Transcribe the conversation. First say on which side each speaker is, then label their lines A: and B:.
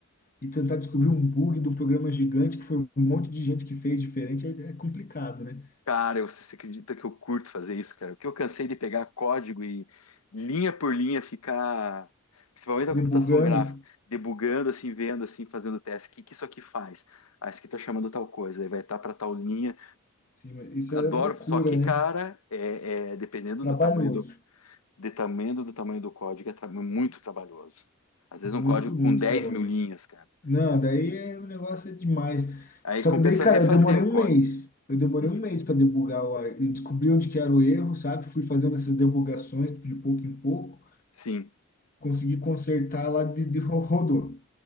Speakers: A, on the left (about 35°); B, on the left (about 85°).
A: e tentar descobrir um bug de um programa gigante, que foi um monte de gente que fez diferente, é, é complicado, né?
B: Cara, eu- você acredita que eu curto fazer isso, cara? Porque eu cansei de pegar código e linha por linha ficar, principalmente a computação
A: Debugando,
B: gráfica, debugando assim, vendo assim, fazendo teste. O que que isso aqui faz? Ah, isso aqui tá chamando tal coisa, aí vai estar para tal linha.
A: sim, mas isso
B: Adoro,
A: é loucura,
B: só que,
A: né?
B: cara, é, é, dependendo
A: Trabalhoso.
B: do tamanho do, dependendo do tamanho do código, é tra- muito trabalhoso. Às vezes
A: Muito,
B: um código
A: muito
B: com 10
A: trabalhoso.
B: mil linhas, cara.
A: Não, daí é, o negócio é demais.
B: Aí
A: Só
B: compensa
A: que daí, cara,
B: refazer
A: eu demorei
B: o
A: um
B: código.
A: mês. Eu demorei
B: Uhum.
A: um mês para debugar o ar. Eu descobri onde que era o erro, sabe? Fui fazendo essas debugações de pouco em pouco.
B: Sim,
A: Consegui consertar lá de, de ro- rodou.